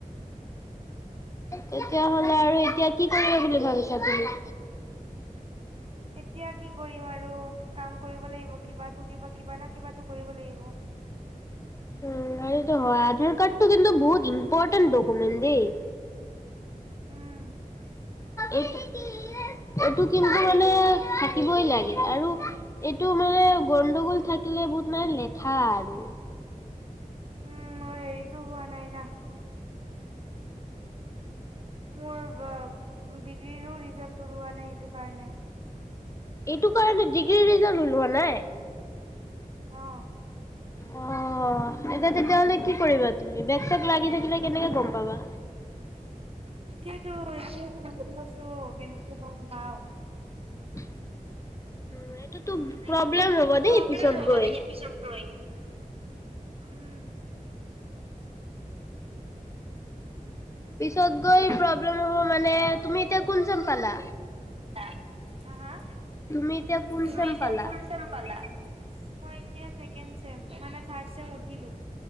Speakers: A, on the left; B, on the right.
A: তেতিয়াহলে আৰু এতিয়া কি কৰিবা বুলি ভাবিছা তুমি?
B: এতিয়া কি কৰিম আৰু কাম কৰিব লাগিব কিবাটো কিবা কিবা নহয় কিবাটো কৰিব লাগিব।
A: উম সেইটো হয় আধাৰ কাৰ্ডটো কিন্তু বহুত ইম্পৰ্তেন্ত দকমেন্ত দেই।
B: উম,
A: এইটো এইটো কিন্তু মানে থাকিবই লাগে আৰু এইটো মানে গণ্ডগোল থাকিলে বহুত মানে লেঠা আৰু
B: উম, মোৰ হেৰিতো হোৱা নাই না মোৰ বা ডিগ্ৰীৰো ৰিজাল্ট ওলোৱা নাই সেইটো কাৰণে
A: এইটো কাৰণে ডিগ্ৰীৰ ৰিজাল্ট ওলোৱা নাই?
B: অ
A: অ এতিয়া তেতিয়াহ'লে কি কৰিবা তুমি বেগ চেক লাগি থাকিলে কেনেকে গম পাবা?
B: এতিয়াতো এতিয়া আছো কেনেকে গম পাও
A: উ <unintelligible> উ এটোতো
B: এইটোতো
A: প্ৰবলেম হ'ব দেই
B: প্ৰব্লেম
A: পিছত
B: হ'ব
A: গৈ
B: দেই পিছত গৈ। উম
A: পিছত গৈ প্ৰবলেম হব মানে তুমি এতিয়া কোন ছেম পালা?
B: আ হা হা
A: তুমি এতিয়া কোন
B: তুমি
A: চেম
B: এতিয়া
A: পালা?
B: কোন ছেম পালা? মই এতিয়া ছেকেণ্ড ছেম মানে থাৰ্ড ছেম উঠিলো।